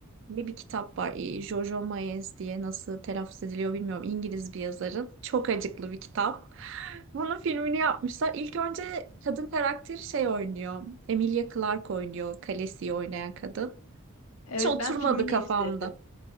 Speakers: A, on the right; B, on the left.
A: Ne bir kitap var. E, Jojo Moyes diye nasıl telaffuz ediliyor bilmiyorum. İngiliz bir yazarın. Çok acıklı bir kitap. Bunun filmini yapmışlar. İlk önce kadın karakteri şey oynuyor. Emilia Clarke oynuyor. Khaleesi'yi oynayan kadın.
B: Evet
A: Hiç oturmadı
B: ben filmini
A: kafamda.
B: izledim.